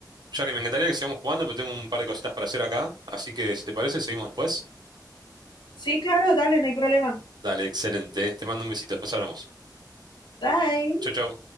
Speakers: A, on the right; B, on the left.
A: Yari, me encantaría que sigamos jugando, pero tengo un par de cositas para hacer acá, así que si te parece, seguimos después.
B: Sí, claro, dale, no hay problema.
A: Dale, excelente. Te mando un besito, después hablamos.
B: Bye.
A: Chau, chau.